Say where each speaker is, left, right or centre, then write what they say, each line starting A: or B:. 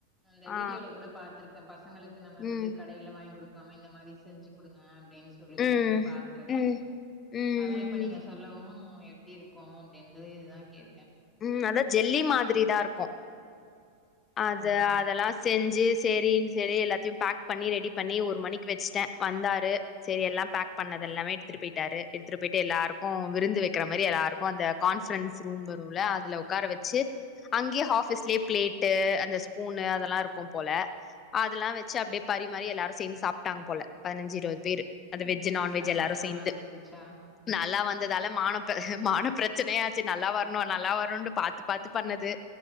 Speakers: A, in the centre; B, on the left (about 25°).
A: அந்த
B: ஆ
A: வீடியோல கூட பாத்துருக்கே பசங்களுக்கு நம்ம
B: ம்
A: வந்து க கடையில வாங்கி குடுக்காம இந்த மாரி செஞ்சு குடுங்க அப்டின் சொ <unintelligible>
B: ம்
A: சொல்லிட்டு பாத்துருக்க
B: ம் ம்
A: அனா இப்ப நீங்க சொல்லவு எப்டி இருக்கோ அப்டின்றது இது தா கேட்ட
B: உம் அதா ஜெல்லி மாத்ரிதா இருக்கு அது
A: அப்டிங்களா
B: அதெல்லா செஞ்சு சேரின் செரி எல்லாத்தையு பேக் பண்ணி ரெடி பண்ணி ஒரு மணிக் வெச்சிட்ட வந்தாரு செரி எல்லா பேக் பண்ணத எல்லாமே எடுத்துட் போயிட்டாரு எடுத்துட் போயிட்டு எல்லாருக்கோ விருந்து வெக்கற மாரி எல்லாருக்கு அந்த கான்பரன்ஸ் ரூம் வருல்ல அதுல உக்கார வெச்சி அங்கியே ஆஃபீஸ்லயே பிளேட் டு அந்த ஸ்பூனு அதெல்லா இருக்கும் போல அதெல்லா வெச்சி அப்டியே பரிமாறி எல்லாரு சேந்து சாப்ட்டாங்க போல பதினஞ்சி இருவது பேரு அது வெஜ்ஜு
A: டேஸ்ட்லா
B: நான்வெஜ்ஜு எல்லாருமே
A: நல்லா
B: சேந்து
A: வந்துருந்துச்சா
B: நல்லா வந்ததால மானப் ப மானப்பிரச்சனயாச்சு நல்லா வர்னோ நல்லா வருண்டு பாத் த்து பாத்து பண்ணது